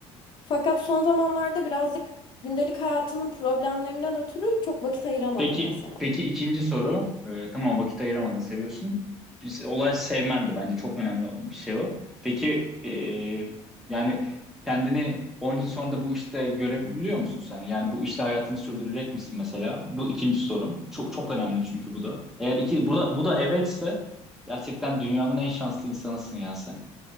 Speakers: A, on the left; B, in the centre.
A: Fakat son zamanlarda birazcık gündelik hayatımın problemlerinden ötürü çok vakit ayıramadım
B: Peki,
A: mesela.
B: peki ikinci soru. Ee, tamam vakit ayıramadın, seviyorsun. Biz- Olay sevmendi bence çok önemli bir şey o. Peki ee, yani kendini 10 yıl sonra da bu işte görebiliyor musun sen? Yani bu işte hayatını sürdürecek misin mesela? Bu ikinci sorum. Çok çok önemli çünkü bu da. Eğer iki bu da, bu da evetse gerçekten dünyanın en şanslı insanısın ya sen.